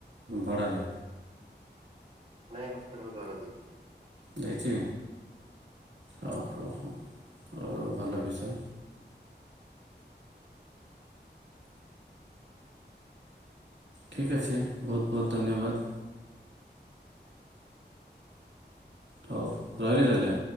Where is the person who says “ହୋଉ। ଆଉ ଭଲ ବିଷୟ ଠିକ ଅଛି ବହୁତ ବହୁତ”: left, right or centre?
Right